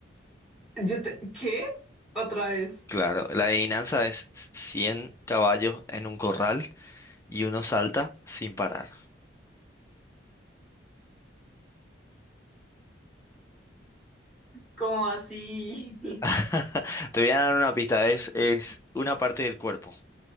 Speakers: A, in the centre; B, on the left.
A: Yo te- ¿qué? Otra vez,
B: Claro, la adivinanza es 100 caballos en un corral y uno salta sin parar.
A: como así <laughs>
B: <laughs> Te voy a dar una pista, es, es una parte del cuerpo.